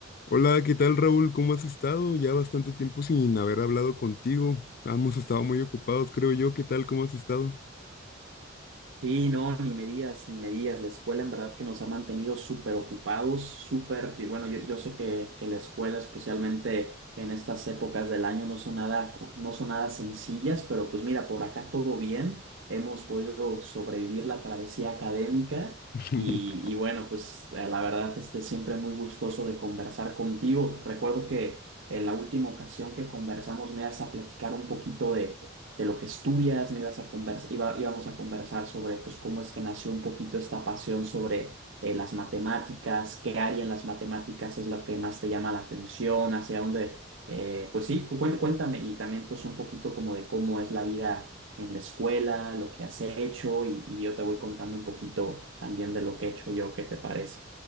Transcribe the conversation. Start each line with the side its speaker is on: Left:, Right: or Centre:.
Left: Hola, ¿qué tal Raúl? ¿Cómo has estado? Ya bastante tiempo sin haber hablado contigo. Hemos estado muy ocupados, creo yo. ¿Qué tal? ¿Cómo has estado?
Right: Sí, no, ni me digas, ni me digas. La escuela en verdad que nos ha mantenido súper ocupados, súper, y bueno, yo, yo sé que, que la escuela, especialmente en estas épocas del año, no son nada, co- no son nada sencillas, pero pues mira, por acá todo bien. Hemos podido sobrevivir la travesía académica
Left: <laughs>
Right: y, y bueno, pues eh, la verdad, este, siempre muy gustoso de conversar contigo. Recuerdo que en la última ocasión que conversamos me ibas a platicar un poquito de lo que estudias, me ibas a convers- iba- íbamos a conversar sobre pues, cómo es que nació un poquito esta pasión sobre eh, las matemáticas, qué área en las matemáticas es lo que más te llama la atención, hacia dónde, eh, pues sí, cu- cuen- cuéntame y también pues un poquito como de cómo es la vida en la escuela, lo que has hecho y, y yo te voy contando un poquito también de lo que he hecho yo, ¿qué te parece?